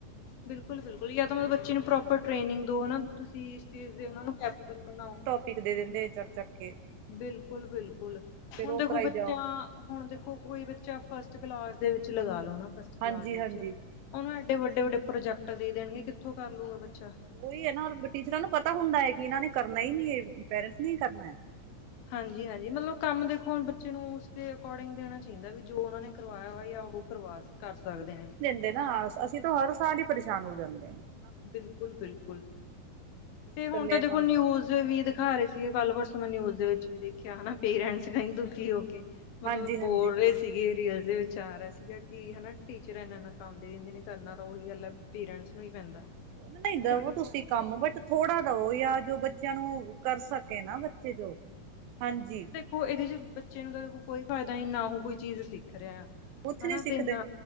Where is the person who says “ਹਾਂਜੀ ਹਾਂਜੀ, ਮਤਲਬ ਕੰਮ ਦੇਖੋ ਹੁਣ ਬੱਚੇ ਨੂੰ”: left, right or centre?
Left